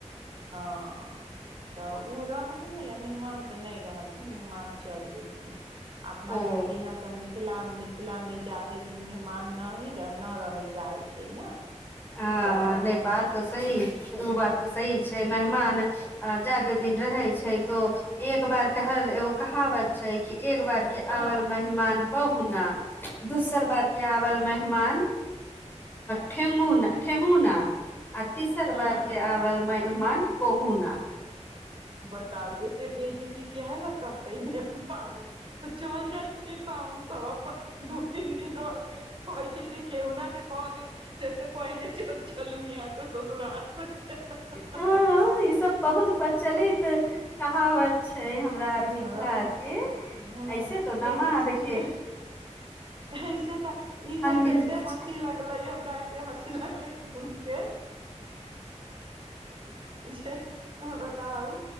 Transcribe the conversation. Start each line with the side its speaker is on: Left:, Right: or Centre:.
Right: हँ तऽ ओ रहि गेलै आ मेहमान तऽ नहि रहलथिन मेहमान चलि गेलथिन अपना
Left: ओ
Right: सबके यहाँ तऽ मिथिला मिथिला मे जाादे दिन मेहमान न ही नहि रहय चाहैत छै ने
Left: ह
Right: तऽ
Left: नहि बात तऽ सही ओ बात तऽ सी छै मेहमान जादे दिन रहे छै तो एक बार कहल एगो कहावत छै कि एक बार के
Right: हँ
Left: आवल मेहमान कहूना दोसर बार के आवल मेहमान ठेमुन सु ना आ तीसर
Right: ह
Left: बारके
Right: ह
Left: आबल मेहमान कहू ना
Right: बताउ ए त बे जेती कए लसा तमे पाहुन तऽ चल जाइ छी पाहुन सब अपन दू तीन दिन रहके कह छै जे केहना जे क देत से से पहिले च चलू यहाँ से ससुराल से ह
Left: हँ,
Right: हह
Left: ई सब बहुत परचलित कहावत छै हमरा आर मिथिला
Right: हँ
Left: आर के
Right: हँ
Left: ऐसे तऽ दामादके
Right: लेकिन बुझियै ऐसे तऽ ई हे
Left: मिलल
Right: तऽ एते
Left: छै
Right: हँसी लगले हमरा एते हँसी लगलै सुन के जे बताउ